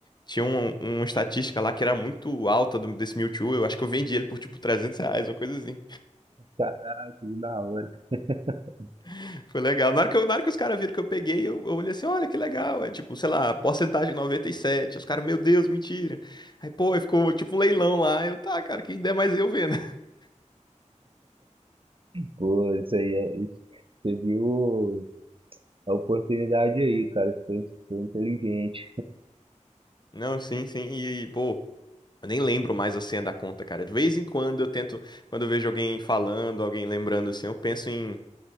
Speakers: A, on the left; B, on the right.
A: tinha um, um, uma estatística lá que era muito alta do- desse Mewtwo. Eu acho que eu vendi ele por, tipo, 300 reais, uma coisa assim.
B: caraca, que da hora. <laughs>
A: <laughs> Foi legal. Na hora que, eu- na hora que os caras viram que eu peguei, eu, eu olhei assim, olha que legal. É, tipo, sei lá, porcentagem noventa e sete Os caras, meu Deus, mentira. Aí, pô, aí ficou, tipo, um leilão lá. Eu, tá, cara, quem der mais eu vendo. <laughs>
B: Pô, isso aí é. Isso. Você viu a oportunidade aí, cara. Você foi, foi inteligente.
A: Não, sim, sim. E, pô, Eu nem lembro mais a senha da conta, cara. De vez em quando eu tento, quando eu vejo alguém falando, alguém lembrando assim, eu penso em,